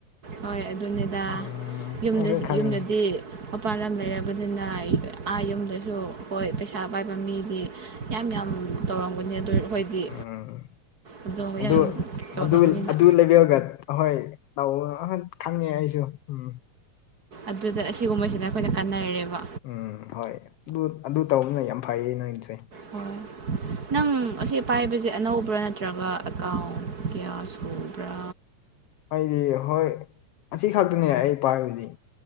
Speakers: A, on the right; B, on the left.
A: ꯍꯣꯏ ꯑꯗꯨꯅꯤꯗꯥ
B: ꯎꯝ
A: ꯌꯨꯝꯗ꯭ꯁ
B: ꯑꯩꯁꯨ ꯈꯪꯉꯤ
A: ꯌꯨꯝꯗꯗꯤ ꯃꯄꯥꯟ ꯂꯝ ꯂꯩꯔꯕꯅꯤꯅ ꯥ ꯂꯩꯒ꯭ꯔꯦ ꯑꯃꯥ ꯌꯨꯝꯗꯁꯨ ꯍꯣꯏ ꯄꯩꯁꯥ ꯄꯥꯏꯕ ꯃꯤꯗꯤ ꯌꯥꯝ ꯌꯥꯝ ꯇꯧꯔꯝꯒꯅꯤ ꯑꯗꯨ ꯑꯩꯈꯣꯏꯗꯤ
B: ꯎꯝ
A: ꯑꯗꯨꯒꯨꯝꯕ
B: ꯑꯗꯨ
A: ꯌꯥꯝ ꯌꯥꯝ ꯇꯧꯗꯕꯅꯤꯅ
B: ꯑꯗꯨ ꯑꯗꯨ ꯂꯦꯕꯦꯜꯒ ꯍꯣꯏ ꯇꯧꯒꯅꯣ ꯑꯍꯟ ꯈꯪꯉꯦ ꯑꯩꯁꯨ ꯎꯝ
A: ꯑꯗꯨꯗ ꯑꯁꯤꯒꯨꯝꯕꯁꯤꯅ ꯑꯩꯈꯣꯏꯗ ꯀꯥꯟꯅꯔꯦꯕ
B: ꯎꯝ ꯍꯣꯏ ꯑꯗꯨꯠ ꯑꯗꯨ ꯇꯧꯕꯅ ꯌꯥꯝ ꯐꯩꯌꯦ ꯅꯣꯏꯟꯆꯩ
A: ꯍꯣꯏ ꯅꯪ ꯑꯁꯤꯞ ꯄꯥꯏꯕꯁꯦ ꯑꯅꯧꯕꯔꯥ ꯅꯠꯇ꯭ꯔꯒ ꯑꯦꯀꯥꯎꯟ ꯀꯌꯥ ꯁꯨꯕ꯭ꯔꯥ
B: ꯑꯩꯗꯤ ꯍꯣꯏ ꯑꯁꯤ ꯈꯛꯇꯅꯦ ꯑꯩ ꯄꯥꯏꯕꯗꯤ